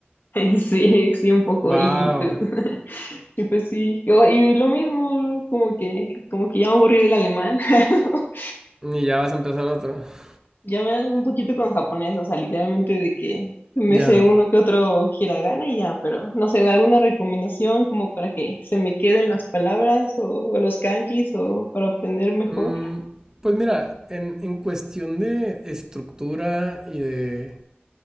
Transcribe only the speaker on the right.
¡Wow!
Y ya vas a empezar otro. <laughs>
Ya.
Mm, pues mira, en, en cuestión de estructura y de